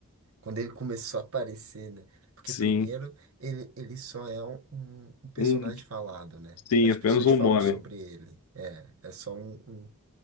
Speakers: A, on the right (about 70°); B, on the left (about 85°).
A: Quando ele começou a aparecer, né? Porque
B: Sim,
A: primeiro ele, ele só é um, um- um personagem
B: um,
A: falado, né?
B: sim,
A: As
B: apenas
A: pessoas
B: um
A: falam
B: nome.
A: sobre ele. É, é só um, um